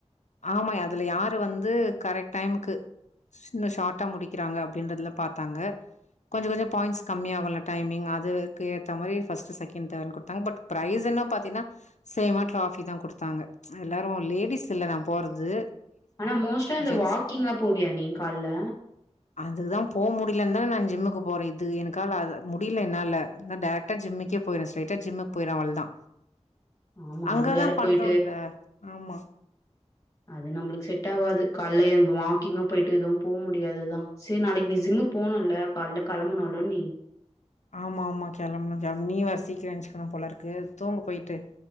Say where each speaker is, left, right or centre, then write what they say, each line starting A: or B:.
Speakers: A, on the left (about 80°); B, on the left (about 30°).
A: ஆமா அதுல யாரு வந்து கரெக்ட் டைமுக்கு சின்ன ஷார்ட்டா முடிக்குறாங்க அப்டின்றதுல பாத்தாங்க கொஞ்சோ கொஞ்சோ பாயிண்ட்ஸ் கம்மி ஆகுல்ல டைமிங் அதுக்கு ஏத்தா மாரி ஃபஸ்ட் செகெண்ட் தேர்டுன்னு குடுத்தாங்க பட் ப்ரைஸெல்லா பாத்தீங்கன்னா சேமா ட்ராபிதா குடுத்தாங்க எல்லாரு லேடிஸ் இல்ல நா போறது
B: ஆனா மோஸ்ட்டா இந்த
A: ஜென்ட்ஸ்
B: வாக்கிங்லா போவியா நீ கால்ல
A: அதுதா போ முடியலன்னுதா நா ஜிம்முக்கு போறே இது எனுக்கால முடியல என்னால நா டேரக்டா ஜிம்முக்கே போயிறே ஸ்ட்ரைட்டா ஜிம்முக்கு போயிறே அவ்ளதா
B: ஆமா.
A: அங்கதா
B: அது வேற
A: பண்றோல்ல
B: போயிட்டு
A: ஆமா
B: அது நம்மளுக்கு செட் ஆவாது கால்ல எம்பு வாக்கிங்கு போயிட்டு இதுவு போ முடியாதுதா செரி நாளைக்கி நீ ஜிம்முக்கு போகணுல காலைல கெளம்பனுல நீ
A: ஆமா ஆமா கெளம்பணு கெளம்பணு நீ வேற சீக்றோ ஏஞ்ச்சுக்கணு போலருக்கு தூங்கு போயிட்டு